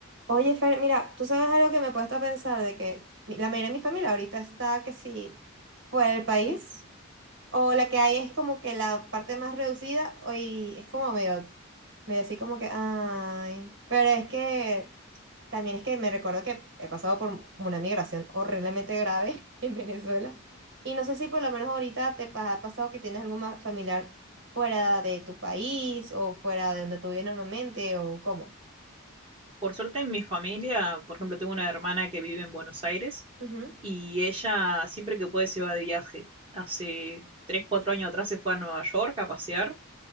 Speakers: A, on the right; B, on the right.
A: Oye, Fer, mira, tú sabes algo que me he puesto a pensar de que mi- la mayoría de mi familia ahorita está que si fuera del país o la que hay es como que la parte más reducida o y es como medio, medio así como que, ay, pero es que también es que me recuerdo que he pasado por una migración horriblemente grave <laughs> en Venezuela y no sé si por lo menos ahorita te pa- ha pasado que tienes algún ma- familiar fuera de tu país o fuera de donde tú vives normalmente o cómo.
B: Por suerte en mi familia, por ejemplo, tengo una hermana que vive en Buenos Aires
A: Ujú.
B: y ella siempre que puede se va de viaje. Hace tres, cuatro años atrás se fue a Nueva York a pasear,